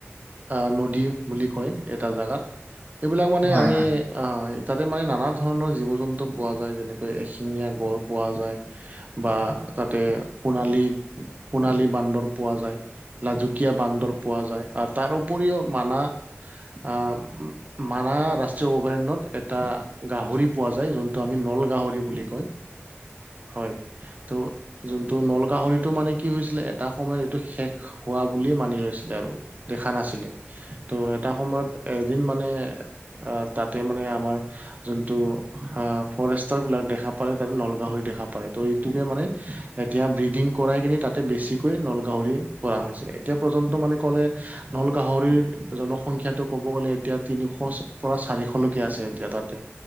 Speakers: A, on the right; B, on the left.
A: আহ নদী বুলি কয় এটা জাগাত এইবিলাক মানে
B: হয়
A: আমি
B: হয় হয় হয়
A: আহ তাতে মানে নানা ধৰণৰ জীৱ জন্তু পোৱা যায় যেনে। এশিঙীয়া গড় পোৱা যায়। বা তাতে সোণালী সোণালী বান্দৰ পোৱা যায়। লাজুকীয়া বান্দৰ পোৱা যায় আৰু তাৰ উপৰিও মানাহ আহ মানাহ জ অভয়াৰণ্যত এটা গাহৰি পোৱা যায় যোনটো আমি নলগাহৰি বুলি কয় হয় ত' যোনটো নল গাহৰিটো মানে কি হৈছিলে এটা সময়ত এইটো শেষ হোৱা বুলিয়ে মানি লৈছিলে আৰু দেখা নাছিলে ত' এটা সময়ত এদিন মানে আহ তাতে মানে আমাৰ যোনটো হা ফৰেষ্ট বিলাক দেখা পালে তাৰ পিছত নলগাহৰি দেখা পালে ত' এইটোকে মানে এতিয়া ব্ৰিডিং কৰাই কিনে তাতে বেছিকৈ নলগাহৰি কৰা হৈছে এতিয়া পৰ্যন্ত মানে ক'লে নলগাহৰিৰ জনসংখ্যাটো ক'ব গ'লে এতিয়া তিনিশ পৰা চাৰিশলৈকে আছে এতিয়া তাতে